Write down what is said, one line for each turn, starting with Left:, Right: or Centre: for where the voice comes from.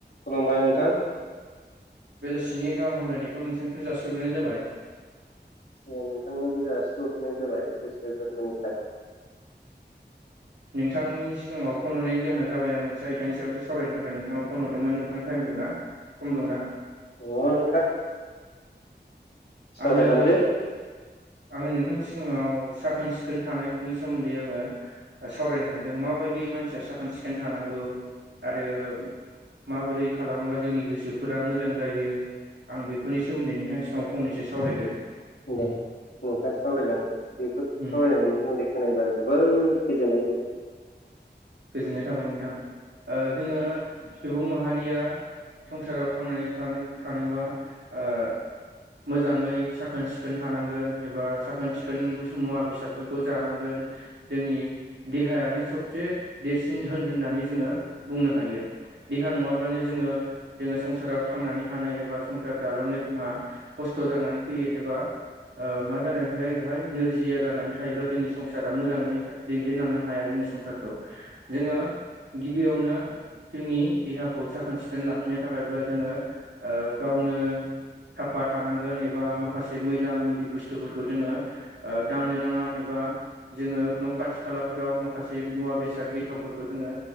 Left: खुलुमबाय नोंथां।
Right: बेलासिनि गाहाम हामलायनायखौ नोंथांनिसिम जासिग्राय जाबाय।
Left: ओ नोंथांनोबो जासि हरनाय जाबाय गोसो गोरबोनिफ्राय।
Right: नोंथांनि सिगाङाव फन हरनायनि जाहोना जाबाय आं मोनसे आयदानि सायावसो सावरायनो थाखाय नोंथांनो फन हरदोंमोन नोंथां टाइम दंना सम दंना?
Left: अ नोंथां सावरायलांदो
Right: आंङो आंङो नोंथांनि सिगाङाव साखोन सिखोन थानायनि सोमोन्दै आंङो सावरायनो थानदों माबायदि मानसिया साखोन सिखोन थानांगौ आरो माबोरै खालामोबा जोंनि गोसोफोरा मोजां जायो आं बे बेफोरनि सोमोन्दै नोंथां सिगाङाव फनैसो सावरायगोन।
Left: दे नोंथाङा सावरायलां बेफोर सावरायनायनि
Right: उम
Left: सोमोन्दै खोनायोबा आं जोबोद गोजोननाय मोनगोन।
Right: गोजोननाय थाबाय नोंथां। जोंङो सुबुं माहारिया संसाराव थांनानै थानो थानोबा ओ मोजांङै साखोन सिखोन थानांगोन एबा साखोन सिखोन मुवा बेसादफोरखौ जानांगोन। जोंनि देहायानो सबसे देरसिन धोन होननानै जोंङो बुंनो हायो। देहा नङाब्लानो जोंङो जोंङो संसाराव थांनानै थानो एबा संसार जालांनो जोंहा खस्थ' जानानै फैयो एबा ओ मा जानाय बेहाय बेहाय नोरजिया जानानै थायोब्ला जोंनि संसारा मोजाङै दैदेनलांनो हाया जोंनि संसारखौ जोंङो गिबियावनो जोंनि देहाखौ साखोन सिखोन लाखिनो थाखायब्ला जोंङो ओ गावनो साफा थानांगोन एबा माखासे मैला मैलि बुस्थुफोरखौ जोंङो ओ दांनो नाङा एबा जोंङो न' खाथि खालाफोराव माखासे मुवा बेसाद बेसाद गेसावफोरखौ जोंङो